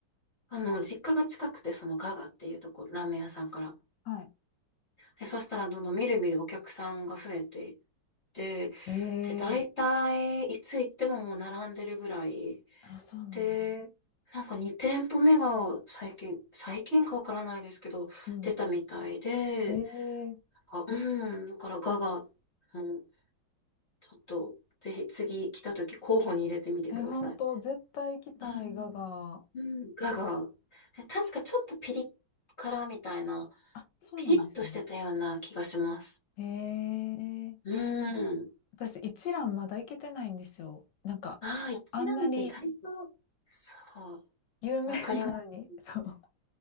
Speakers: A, on the left (about 50°); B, on the left (about 70°).
A: あの、実家が近くて、そのガガっていうところ、ラーメン屋さんから。
B: はい。
A: で、そしたらどんどんみるみるお客さんが増えて、、で、
B: ええ
A: 大体、いつ行ってももう並んでるぐらい。
B: あ、そうなんだ。
A: で、なんか2店舗目が最近、最近かわからないですけど、
B: うん。
A: 出たみたいで、
B: ええ
A: なんかうん、だからガガも、ちょっと、ぜひ次来た時候補に入れてみてください。
B: え、本当絶対行きたいガが、
A: うんうん、ガガ。え確かちょっとピリ辛みたいな、
B: あ、そうなんですね。
A: ピリッとしてたような気がします。
B: へえ。
A: うん。
B: 私、一蘭まだ行けてないんですよ。なんか、
A: ああ、一蘭って意外と、
B: あんなに
A: そう。
B: 有名なのに、
A: わかります。
B: <laughs> そう。<laughs>